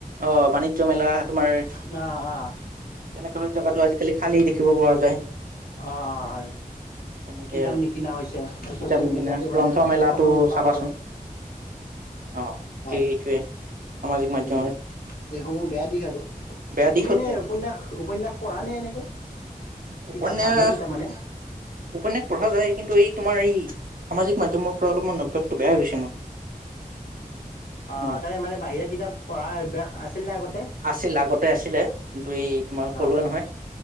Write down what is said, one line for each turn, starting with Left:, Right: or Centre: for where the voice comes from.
Right: অহ', বাণিজ্য মেলা তোমাৰ।
Left: অঁ
Right: তেনেকালৈ
Left: অঁ
Right: জাগাতো আজিকালি খালী দেখি। দেখিব পৰা যায়।
Left: অহ- অহ হয়
Right: তেনেকে
Left: কিতাপ নিকিনা হৈছে
Right: কিতাপ
Left: ছ'চিয়েল
Right: কিনা
Left: মিডিয়াতে
Right: গ্ৰন্থ
Left: মানে
Right: মেলাটো
Left: সময় পাৰ
Right: চাবাচোন
Left: কৰে।
Right: অ
Left: হয়',
Right: এই এইটোৱে সামাজিক মাধ্যমত
Left: উম', এইসমূহ বেয়া দিশ আৰু
Right: বেয়া
Left: তুমি
Right: দিশত
Left: এনে উপন্যাস উপন্যাস পঢ়া নে এনেকুৱা।
Right: উপন্যাস
Left: কিতাপ বাহিৰা কিতাপ মানে।
Right: উপন্যাস পঢ়া যায় কিন্তু এই তোমাৰ এই সামাজিক মাধ্যমৰ পৰা অলপমান অভ্যাসটো বেয়া হৈছে মোৰ।
Left: আহ',
Right: অ
Left: তাকে মানে বাহিৰা কিতাপ। পৰা অভ্যাস আছিল নে আগত।
Right: আছিল আগতে আছিলে কিন্তু এই তোমাৰ ক'লোৱে
Left: অ',
Right: নহয়,